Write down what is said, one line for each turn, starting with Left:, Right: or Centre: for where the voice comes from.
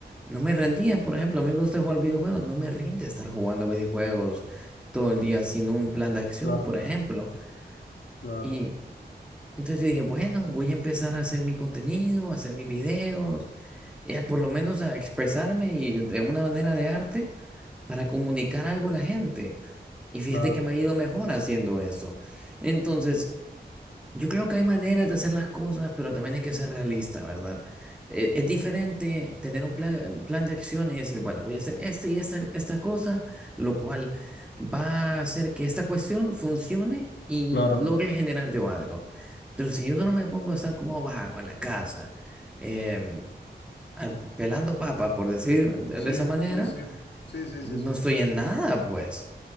Centre: no me rendía. Por ejemplo, a mí me gusta jugar videojuegos, no me rinde estar jugando videojuegos todo el día sin un plan de acción,
Left: claro,
Centre: por ejemplo.
Left: claro,
Centre: Y entonces yo dije, bueno, voy a empezar a hacer mi contenido, a hacer mis videos, y a por lo menos a expresarme y de una manera de arte para comunicar algo a la gente. Y fíjate
Left: claro,
Centre: que me ha ido mejor haciendo eso. Entonces... Yo creo que hay maneras de hacer las cosas, pero también hay que ser realista, ¿verdad? Eh, es diferente tener un plan, plan de acción y decir, bueno, voy a hacer este y esta, esta cosa, lo cual va a hacer que esta cuestión funcione y
Left: claro.
Centre: logre generar yo algo. Pero si yo solo me pongo a estar como vago en la casa, em, a- pelando papas, por decir de
Left: Sí,
Centre: de esa manera,
Left: sí, sí, sí, sí,
Centre: no
Left: sí, sí.
Centre: estoy en nada, pues.